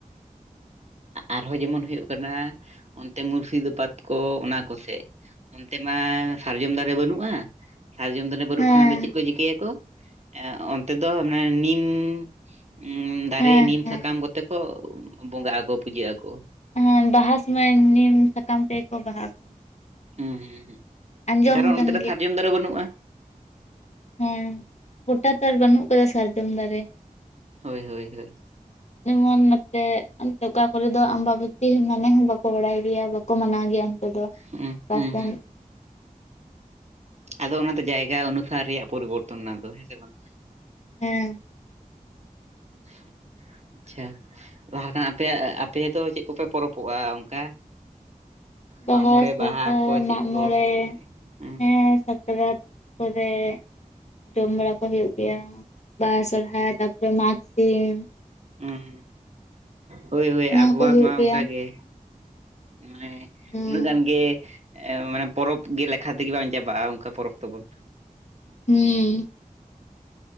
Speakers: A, on the right (about 50°); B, on the left (about 50°).
A: ᱟᱨᱦᱚᱸ ᱡᱮᱢᱚᱱ ᱦᱩᱭᱩᱜ ᱠᱟᱱᱟ ᱚᱱᱛᱮ ᱢᱩᱨᱥᱤᱫᱟᱵᱟᱫ ᱠᱚ ᱚᱱᱟ ᱠᱚᱥᱮᱫ ᱚᱱᱛᱮ ᱢᱟ ᱥᱟᱨᱡᱚᱢ ᱫᱟᱨᱮ ᱵᱟᱹᱱᱩᱜᱼᱟ ᱥᱟᱨᱡᱚᱢ ᱫᱟᱨᱮ ᱵᱟᱹᱱᱩᱜ
B: ᱦᱮᱸ
A: ᱠᱷᱚᱱᱟᱜ ᱫᱚ ᱪᱮᱫ ᱠᱚ ᱪᱤᱠᱟᱹᱭᱟᱠᱚ ᱮ ᱚᱱᱛᱮ ᱫᱚ ᱢᱟᱱᱮ ᱱᱤᱢ ᱩᱸᱻ ᱫᱟᱨᱮ
B: ᱦᱮᱸ
A: ᱱᱤᱢ
B: ᱦᱮᱸ
A: ᱥᱟᱠᱟᱢ ᱠᱚᱛᱮ ᱠᱚ ᱵᱚᱸᱜᱟᱜ ᱟᱠᱚ ᱯᱩᱡᱟᱹᱜ ᱟᱠᱚ
B: ᱦᱮᱸ ᱵᱟᱦᱟ ᱥᱩᱢᱚᱭ ᱱᱤᱢ ᱥᱟᱠᱟᱢ ᱛᱮᱜᱮ ᱠᱚ ᱵᱟᱦᱟᱜ ᱟᱠᱚ
A: ᱦᱩᱸ ᱦᱩᱸ ᱦᱩᱸ
B: ᱟᱸᱡᱚᱢ
A: ᱠᱟᱨᱚᱱ
B: ᱠᱟᱱ
A: ᱚᱱᱛᱮ ᱨᱮ ᱥᱟᱨᱡᱚᱢ ᱫᱟᱨᱮ ᱵᱟᱹᱱᱩᱜᱼᱟ
B: ᱦᱩᱸ ᱜᱚᱴᱟ ᱛᱚ ᱟᱨ ᱵᱟᱹᱱᱩᱜ ᱟᱠᱟᱫᱟ ᱥᱟᱨᱡᱚᱢ ᱫᱟᱨᱮ
A: ᱦᱳᱭ ᱦᱳᱭ ᱦᱳᱭ
B: ᱡᱮᱢᱚᱱ ᱱᱚᱛᱮ ᱚᱱᱛᱮ ᱚᱠᱟ ᱠᱚᱨᱮ ᱫᱚ ᱟᱢᱵᱟᱵᱟᱹᱛᱤ ᱢᱟᱱᱮ ᱦᱚᱸ ᱵᱟᱠᱚ ᱵᱟᱲᱟᱭ ᱜᱮᱭᱟ ᱵᱟᱠᱚ ᱢᱟᱱᱟᱣ ᱜᱮᱭᱟ ᱫᱚ
A: ᱦᱩᱸ
B: ᱚᱠᱟ
A: ᱦᱩᱸ
B: ᱥᱮᱱ
A: ᱦᱩᱸ ᱟᱫᱚ ᱚᱱᱟ ᱛᱮ ᱡᱟᱭᱜᱟ ᱚᱱᱩᱥᱟᱨ ᱨᱮᱭᱟᱜ ᱯᱚᱨᱤᱵᱚᱨᱛᱚᱱ ᱚᱱᱟ ᱫᱚ ᱦᱮᱸᱥᱮ ᱵᱟᱝ
B: ᱦᱮᱸ
A: <inaudible> ᱟᱪᱪᱷᱟ <unintelligible> ᱟᱯᱮᱭᱟᱜ ᱟᱯᱮ ᱫᱚ ᱪᱮᱫ ᱠᱚᱯᱮ ᱯᱚᱨᱚᱵᱚᱜᱼᱟ ᱚᱱᱠᱟ?
B: ᱵᱟᱦᱟ
A: ᱢᱟᱜ ᱢᱚᱬᱮ
B: ᱥᱚᱨᱦᱟᱭ
A: ᱵᱟᱦᱟ ᱠᱚ ᱪᱮᱫ
B: ᱢᱟᱜᱼᱢᱚᱬᱮ
A: ᱠᱚ ᱦᱩᱸ
B: ᱦᱮᱸ ᱥᱟᱠᱨᱟᱛ ᱠᱚᱨᱮ ᱡᱚᱢ ᱵᱟᱲᱟ ᱠᱚ ᱦᱩᱭᱩᱜ ᱜᱮᱭᱟ ᱵᱟᱦᱟ
A: ᱦᱳᱭ
B: ᱥᱚᱨᱦᱟᱭ ᱛᱟᱯᱚᱨ ᱢᱟᱜᱽᱥᱤᱢ
A: ᱦᱩᱸ ᱦᱳᱭ ᱦᱳᱭ
B: ᱱᱚᱣᱟ
A: ᱟᱵᱚᱣᱟᱜ
B: ᱠᱚ ᱦᱩᱭᱩᱜ
A: ᱢᱟ
B: ᱜᱮᱭᱟ
A: ᱚᱱᱠᱟ ᱜᱮ ᱢᱟᱱᱮ
B: ᱦᱩᱸ
A: ᱩᱱᱟᱹᱜ ᱜᱟᱱ ᱜᱮ ᱮᱸ ᱢᱟᱱᱮ ᱯᱚᱨᱚᱵᱽ ᱜᱮ ᱞᱮᱠᱷᱟ ᱛᱮᱜᱮ ᱵᱟᱝ ᱪᱟᱵᱟᱜᱼᱟ ᱚᱱᱠᱟ ᱯᱚᱨᱚᱵᱽ ᱛᱟᱵᱚᱱ
B: ᱦᱩᱸᱻ